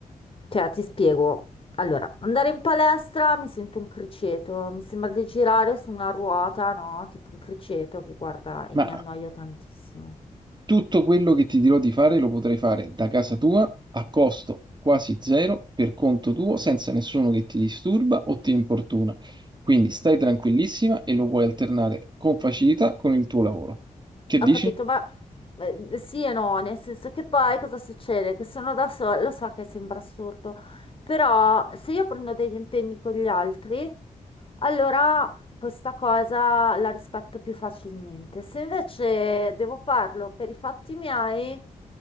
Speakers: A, on the left; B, on the right.
A: Cioè, ti spiego. Allora, andare in palestra mi sento un criceto, mi sembra di girare su una ruota, no? Tipo un criceto che guarda e
B: Ma
A: mi annoio tantissimo.
B: tutto quello che ti dirò di fare lo potrai fare da casa tua a costo quasi zero, per conto tuo, senza nessuno che ti disturba o ti importuna. Quindi stai tranquillissima e lo puoi alternare con facilità con il tuo lavoro. Che
A: Ho
B: dici?
A: capito, ma eh, sì e no, nel senso che poi cosa succede? Che sono da sola, lo so che sembra assurdo, però se io prendo degli impegni con gli altri. Allora, questa cosa la rispetto più facilmente. Se invece devo farlo per i fatti miei,